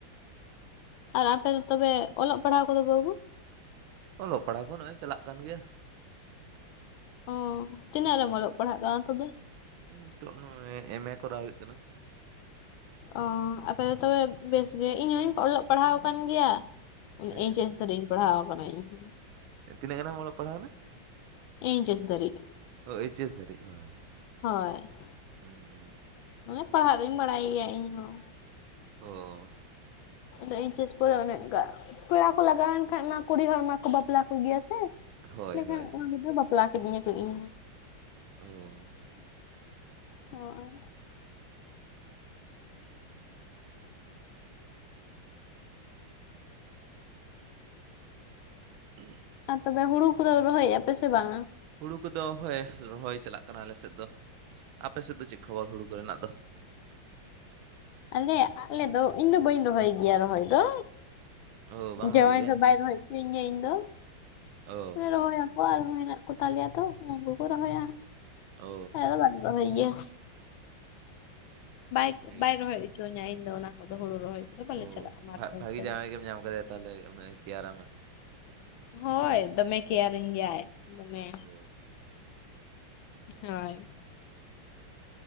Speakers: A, on the left (about 80°); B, on the right (about 80°).
A: ᱟᱨ ᱟᱯᱮ ᱫᱚ ᱛᱚᱵᱮ ᱚᱞᱚᱜ ᱯᱟᱲᱦᱟᱣ ᱠᱚᱫᱚ ᱵᱟᱹᱵᱩ
B: ᱚᱞᱚᱜ ᱯᱟᱲᱦᱟᱣ ᱠᱚ ᱱᱚᱜᱼᱚᱭ ᱪᱟᱞᱟᱜ ᱠᱟᱱ ᱜᱮᱭᱟ
A: ᱚ ᱛᱤᱱᱟᱹᱜ ᱨᱮᱢ ᱚᱞᱚᱜ ᱯᱟᱲᱦᱟᱜ ᱠᱟᱱᱟ ᱛᱚᱵᱮ
B: ᱱᱤᱛᱚᱜ ᱱᱚᱜ -ᱚᱭ ᱮᱢᱮ ᱠᱚᱨᱟᱣ ᱦᱩᱭᱩᱜ ᱠᱟᱱᱟ
A: ᱚ ᱟᱯᱮ ᱫᱚ ᱛᱚᱵᱮ ᱵᱮᱥ ᱜᱮ ᱤᱧ ᱦᱚᱧ ᱚᱞᱚᱜ ᱯᱟᱲᱦᱟᱣ ᱠᱟᱱ ᱜᱮᱭᱟ
B: ᱦᱮᱸ
A: ᱮᱭᱤᱪ ᱮᱥ ᱫᱷᱟᱨᱤᱡ ᱤᱧ ᱯᱟᱲᱦᱟᱣ ᱠᱟᱱᱟ ᱤᱧ ᱦᱚ
B: ᱛᱤᱱᱟᱹᱜ ᱜᱟᱱᱮᱢ ᱚᱞ ᱯᱟᱲᱦᱟᱣ ᱱᱟ
A: ᱮᱭᱤᱪ ᱮᱥ ᱫᱷᱟᱨᱤᱡ
B: ᱚ ᱮᱭᱤᱪ ᱮᱥ ᱫᱷᱟᱹᱨᱤᱡ ᱵᱟᱝ
A: ᱦᱳᱭ
B: ᱩᱸ
A: ᱢᱟᱱᱮ ᱯᱟᱲᱦᱟᱜ ᱫᱩᱧ ᱵᱟᱲᱟᱭ ᱜᱮᱭᱟ ᱤᱧ ᱦᱚᱸ
B: ᱦᱳᱭ
A: ᱟᱫᱚ ᱮᱭᱤᱪᱮᱥ ᱯᱚᱨᱮ ᱚᱱᱮ ᱚᱱᱠᱟ ᱯᱮᱲᱟ ᱠᱚ ᱞᱟᱜᱟᱣᱮᱱ ᱠᱷᱟᱱ ᱢᱟ ᱠᱩᱲᱤ ᱦᱚᱲ ᱢᱟᱠᱚ ᱵᱟᱯᱞᱟ ᱠᱚᱜᱮᱭᱟ ᱥᱮ
B: ᱦᱳᱭ
A: ᱮᱸᱰᱮᱠᱷᱟᱱ
B: ᱦᱳᱭ ᱦᱳᱭ
A: ᱟᱫᱚ ᱠᱚ ᱵᱟᱯᱞᱟ ᱠᱤᱫᱤᱧᱟ ᱠᱚ ᱤᱧ ᱦᱚᱸ
B: ᱳ
A: ᱦᱚ ᱚᱭ
B: <unintelligible>
A: ᱟᱨ ᱛᱚᱵᱮ ᱦᱩᱲᱩ ᱠᱚᱫᱚ ᱨᱚᱦᱚᱭᱮᱫᱼᱟ ᱯᱮ ᱥᱮ ᱵᱟᱝᱟ
B: ᱦᱩᱲᱩ ᱠᱚᱫᱚ ᱦᱳᱭ ᱨᱚᱦᱚᱭ ᱪᱟᱞᱟᱜ ᱠᱟᱱᱟ ᱟᱞᱮᱥᱮᱫ ᱫᱚ ᱟᱯᱮᱥᱮᱫ ᱫᱚ ᱪᱮᱫ ᱠᱷᱚᱵᱚᱨ ᱦᱩᱲᱩ ᱠᱚᱨᱮᱱᱟᱜ ᱫᱚ
A: ᱟᱞᱮ ᱟᱞᱮ ᱫᱚ ᱤᱧ ᱫᱚ ᱵᱟᱹᱧ ᱨᱚᱦᱚᱭ ᱜᱮᱭᱟ ᱨᱚᱦᱚᱭ ᱫᱚ
B: ᱚ ᱵᱟᱢ
A: ᱡᱟᱶᱟᱭ
B: ᱨᱚᱦᱚᱭ ᱜᱮᱭᱟ
A: ᱫᱚ ᱵᱟᱭ ᱨᱚᱦᱚᱭ ᱦᱚᱪᱚᱭᱧ ᱜᱮᱭᱟ ᱤᱧ ᱫᱚ
B: ᱚ
A: ᱨᱚᱦᱚᱭᱟ <unintelligible> ᱟᱨᱦᱚᱸ ᱦᱮᱱᱟᱜ ᱠᱚᱛᱟᱞᱮᱭᱟ ᱛᱚ ᱩᱱᱠᱩ ᱠᱚ ᱨᱚᱦᱚᱭᱟ
B: ᱚ
A: ᱦᱟᱜ ᱟᱞᱮ ᱫᱚ ᱵᱟᱞᱮ ᱨᱚᱦᱚᱭ ᱜᱮᱭᱟ ᱵᱟᱭ
B: ᱵᱷᱟᱜᱮ
A: ᱵᱟᱭ ᱨᱚᱦᱚᱭ ᱚᱪᱚᱣᱧᱟ ᱤᱧ ᱫᱚ ᱚᱱᱟ ᱠᱚᱫᱚ ᱦᱩᱲᱩ ᱨᱚᱦᱚᱭ ᱠᱚᱫᱚ ᱵᱟᱞᱮ
B: ᱚ
A: ᱪᱟᱞᱟᱜᱼᱟ ᱢᱟᱴ
B: ᱵᱷᱟᱜ
A: ᱠᱟᱹᱢᱤ
B: ᱵᱷᱟᱜᱤ
A: ᱠᱚᱫᱚ
B: ᱡᱟᱶᱟᱭ ᱜᱮᱢ ᱧᱟᱢ ᱠᱟᱫᱮᱭᱟ ᱛᱟᱦᱚᱞᱮ ᱩᱱᱟᱜ ᱮ ᱠᱮᱭᱟᱨᱟᱢᱟ
A: ᱦᱳᱭ ᱫᱚᱢᱮ ᱠᱮᱭᱟᱨᱤᱧ ᱜᱮᱭᱟᱭ ᱫᱚᱢᱮ
B: ᱚ
A: ᱦᱳᱭ